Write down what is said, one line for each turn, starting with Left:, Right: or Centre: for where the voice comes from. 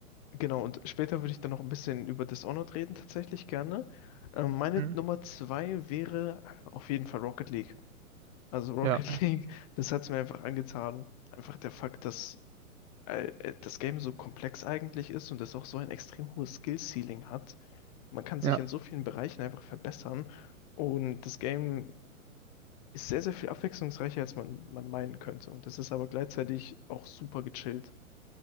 Left: Genau, und später würde ich dann noch ein bisschen über Dishonored reden, tatsächlich gerne. Ähm, meine
Right: Hm?
Left: Nummer zwei wäre auf jeden Fall Rocket League. Also Rocket
Right: Ja,
Left: <laughs> League, das hat es mir einfach angetan. Einfach der Fakt, dass äh, äh, das Game so komplex eigentlich ist und es auch so ein extrem hohes Skill-Ceiling hat. Man kann sich
Right: ja,
Left: in so vielen Bereichen einfach verbessern. Und das Game ist sehr, sehr viel abwechslungsreicher, als man, man meinen könnte. Und das ist aber gleichzeitig auch super gechillt.